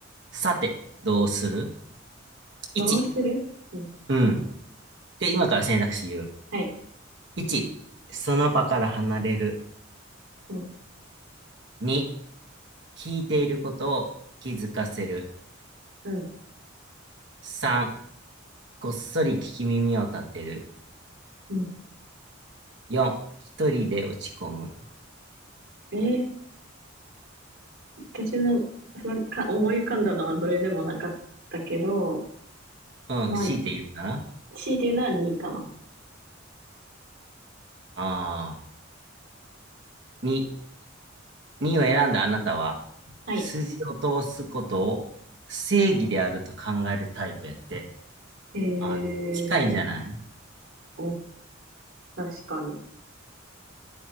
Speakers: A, on the right; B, on the right.
A: さて、どうする
B: どうするうん。
A: ?1、うん。で、今から選択肢言う。
B: はい。
A: 1、その場から離れる。
B: うん。
A: 2、聞いていることを気づかせる。
B: うん。
A: 3、こっそり聞き耳を立てる。
B: うん。
A: 4、一人で落ち込む。
B: えー私の、そのか、思い浮かんだのはどれでもなかったけど、
A: うん、
B: まあ、
A: 強いて言うかな。
B: 強いて言うなら2いかな。
A: ああ、2、2を選んだあなたは、
B: はい。
A: 筋を通すことを正義であると考えるタイプやって。
B: へえ、
A: あ、近いんじゃない
B: お、確かに。